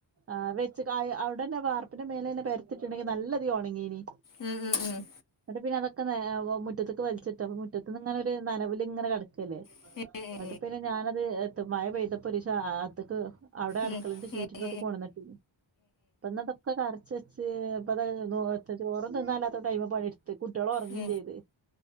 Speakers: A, on the right; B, on the left.
A: ആ വെച്ച് കായ് അവിടന്നെ വാർപ്പിന്റെ മേലെ തന്നെ പെരത്തിട്ടുണ്ടെങ്കി നല്ലതി ഒണങ്ങീന്
B: ഉം ഉം ഉം
A: എന്നിട്ട് പിന്നെ അതൊക്കെ ഏ ഓ മുറ്റത്ത്ക്ക് വലിച്ചിട്ട് അപ്പം മുറ്റത്ത് ഇങ്ങനൊര് നനവിലിങ്ങനെ കെടക്കല്ലേ
B: <inaudible>
A: എന്ന്ട്ട് പിന്നെ ഞാനത് മഴ പെയ്തപ്പൊ ഒരീസം ആത്ത്ക്ക് അവിടെ അടുക്കളെന്റെ
B: ഉം ഉം ഉം ഉം
A: ഷീറ്റിലോട്ട്
B: ഉം ഉം ഉം ഉം ഉം
A: കൊണ്ട് വന്നിട്ട് ഇപ്പം ഇന്നിതൊക്കെ കറച്ച് വെച്ച് ഇപ്പം ദേ ദോ ചോറും തിന്നാ ഇല്ലാത്തോട്ട് അയ്മെ പണി എട് ത്ത് കുട്ടികള് ഒറങ്ങെയും
B: ഉം ഉം ഉം
A: ചെയ്ത്